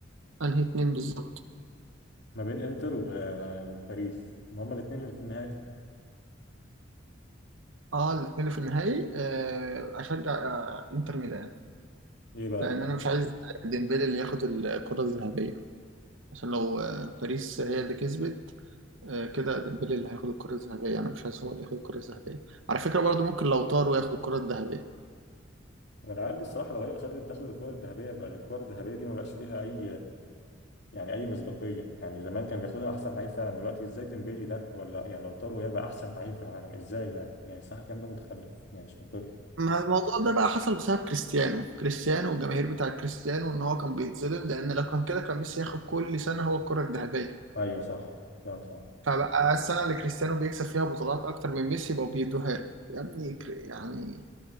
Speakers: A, on the right; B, on the left.
A: انهي اتنين بالظبط
B: ما بين انتر و- وباريس ما هما الاثنين اللي في النهائي
A: اه الاتنين اللي في النهائي آه، اشجع آه، انتر ميلان
B: ليه بقى
A: لان انا مش عايز ديمبلي اللي ياخد الكرة الذهبية عشان لو آه، باريس هي اللي كسبت آه، كده ديمبلي اللي هياخد الكرة الذهبية انا مش عايز هو اللي ياخد الكرة الذهبية على فكرة برضه ممكن لو طار وياخد الكرة الذهبية
B: والعيال دي الصراحه لو هي اللي خدت تاخد الكره الذهبيه بقى الكره الذهبيه دي ما بقاش ليها اي يعني اي مصداقيه يعني زمان كان بياخدها احسن لعيب فعلا دلوقتي ازاي ديمبيلي ده ولا يعني لو طاروا هيبقى احسن لعيب في العالم ازاي يعني يعني صح الكلام ده متخلف يعني مش منطقي
A: ما الموضوع ده بقى حصل بسبب كريستيانو كريستيانو والجماهير بتاع كريستيانو ان هو كان بيتظلم لان لو كان كده كان ميسي ياخد كل سنه هو الكره الذهبيه
B: ايوه صح كلامك صح
A: فبقى السنه اللي كريستيانو بيكسب فيها بطولات اكتر من ميسي بقوا بيدوها له يا ابني كر- يعني